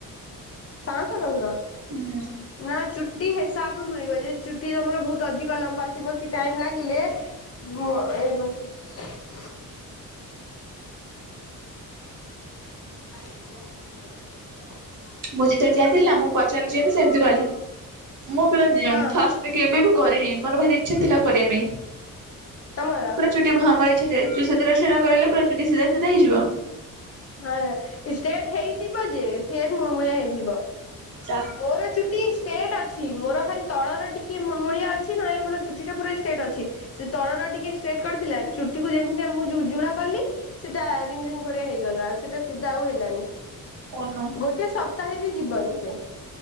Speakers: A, on the left; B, on the right.
A: ପାଆଁଶ ଟଙ୍କା
B: ହୁଁ
A: ନା ଚୁଟି ହେ ହିସାବରୁ ମିଳିବ ଯେ ଚୁଟି ତମର ବହୁତ ଅଧିକ ଲମ୍ବା ଥିବ କି ଟାଇମ୍ ଲାଗିଲେ ବ ଏ ବ <unintelligible> ହ <inaudible>
B: ମୁଁ ଯେତେବେଳେ ଯାଇଥିଲ ନା ମୁଁ ପଚାରିି ସେମିତି କହିଲା ମୁଁ
A: ହଁ
B: ଫାଷ୍ଟ କେବେ କରିନି ମୋର ଭାରି ଇଚ୍ଛା ଥିଲା କରିବା ପାଇଁ
A: ତମର।
B: ପୁରା ଚଛୋଟି ମହାମାରୀ <unintelligible> ସେତ କରଲେ ପ୍ରୁ ସିଧା ସିଧା ହେଇଯିବ <unintelligible>
A: ହଁ ଷ୍ଟ୍ରେଟ ହେଇଯିବ ଯେ ଫେର ମୁର୍ମୁଳିଆ ହେଇଯିବ
B: ଯା
A: ମୋର ଚୁଟି ଷ୍ଟେଟ ଅଛି ମୋର ଖାଲି ତଳର ଟିକେ ମୁମଣିଆ ଅଛି ନହେଲେ ମୋରଛୁଟି ଟା ପୁରା ଷ୍ଟେଟ ଅଛି ସେ ତଳର ଟିକେ ଷ୍ଟେଟ୍ କରିଥିଲା । ଚୁଟି କୁ ଯେମିତି ମୁଁ ଯୋଡା କଲି ସେଟା ରିଙ୍ଗ ରିଙ୍ଗ ପଡିଆ ହେଇକି ଗଲା ସେଟା ସିଧା ଆଉ ହେଲାନି
B: ପନୁ।
A: ଗୋଟେ ସପ୍ତାହେ ବି ଯିବନି ସେ